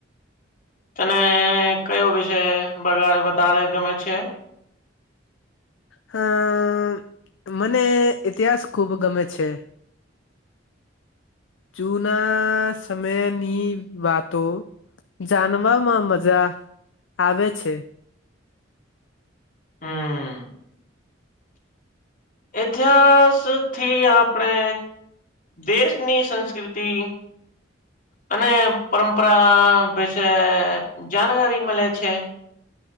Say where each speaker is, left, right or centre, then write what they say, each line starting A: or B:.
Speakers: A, on the left (about 45°); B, on the left (about 75°).
A: તને કયો વિષય <unintelligible> વધારે ગમે છે
B: હમ મને ઇતિહાસ ખૂબ ગમે છે જૂના સમયની વાતો જાનવામાં મજા આવે છે
A: હમ ઇતિહાસ થી આપણે દેશની સંસ્કૃતિ અને પરંમપરા વિશે જાણકારી મલે છે